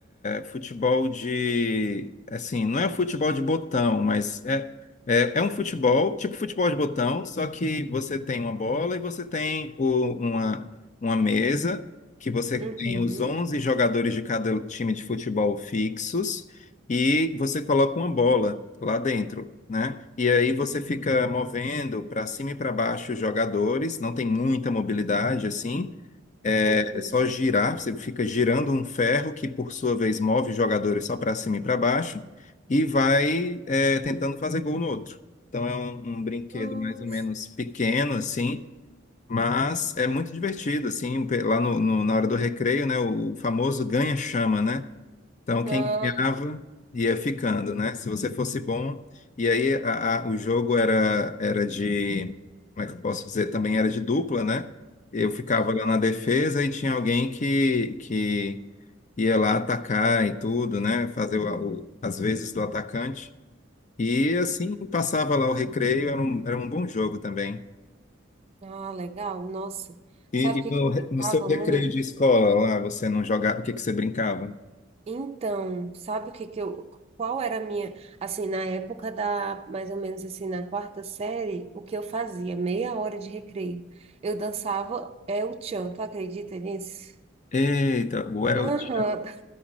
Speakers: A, on the left; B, on the right.
A: futebol de, assim, não é futebol de botão, mas é, é, é um futebol, tipo futebol de botão, só que você tem uma bola e você tem o- uma, uma mesa, que você
B: <laughs> uhum,
A: tem os 11 jogadores de cada time de futebol fixos e você coloca uma bola lá dentro. Né? E aí você fica movendo para cima e para baixo os jogadores, não tem muita mobilidade assim, é
B: uhum.
A: é só girar, você fica girando um ferro que, por sua vez, move os jogadores só para cima e para baixo e vai é, tentando fazer gol no outro. Então é um, um brinquedo
B: Nossa.
A: mais ou menos pequeno, assim, mas é muito divertido, assim, pe- lá no, no- na hora do recreio, né, o famoso ganha-chama, né? Então,
B: Ah,
A: quem ganhava ia ficando, né? Se você fosse bom. E aí, a- a- o jogo era, era de. Como é que eu posso dizer? Também era de dupla, né? Eu ficava
B: aham,
A: lá na defesa e tinha alguém que, que ia lá atacar e tudo, né? Fazer o, o- as vezes do atacante. E
B: sim.
A: assim, passava lá o recreio, era um, era um bom jogo também.
B: Ah, legal, nossa.
A: E,
B: Sabe
A: e
B: o
A: no,
B: que que eu
A: re-
B: brincava
A: no seu recreio
B: muito?
A: de escola lá, você não jogava, o que que você brincava?
B: Então, sabe o que que eu, qual era a minha, assim, na época da, mais ou menos assim, na quarta série, o que eu fazia? Meia hora de recreio. Eu dançava é o tchan, tu acredita nisso?
A: Eita, Welch,
B: Aham.